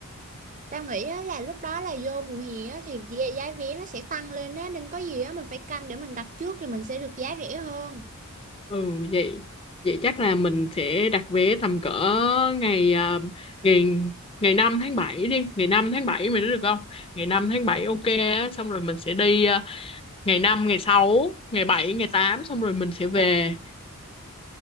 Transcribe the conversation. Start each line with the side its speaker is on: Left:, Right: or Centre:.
Right: Tao nghĩ á, là lúc đó là vô mùa hè á, thì giá giá vé nó sẽ tăng lên á nên có gì á mình phải canh để mình đặt trước thì mình sẽ được giá rẻ hơn.
Left: ừ vậy vậy chắc là mình sẽ đặt vé tầm cỡ ngày à, ngày ngày năm tháng bảy đi ngày 5 tháng 7 mày nói được không ngày năm tháng bảy ok á xong rồi mình sẽ đi à, ngày năm ngày sáu ngày bảy ngày tám xong rồi mình sẽ về